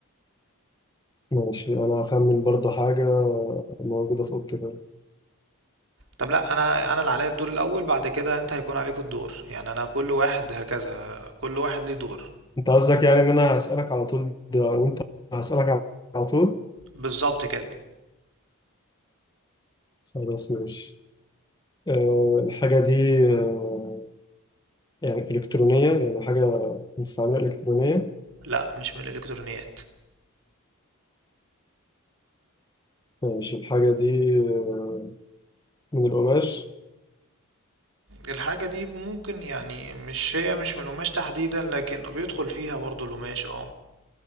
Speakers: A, on the left; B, on the right.
A: ماشي انا هخمن برضه حاجه موجوده في اوضتي كده
B: طب لا انا انا اللي عليا الدور الاول بعد كده انت هيكون عليك الدور يعني انا كل واحد هكذا كل واحد ليه دور
A: انت قصدك يعني ان انا هسالك على طول ده وانت هسالك على على طول
B: بالظبط كده
A: خلاص ماشي أه الحاجه دي أه يعني الكترونيه يعني حاجه مستعمله الكترونيه
B: لا مش من الالكترونيات
A: ماشي الحاجه دي أه من القماش
B: الحاجه دي ممكن يعني مش هي مش من القماش تحديدا لكن بيدخل فيها برضو القماش اه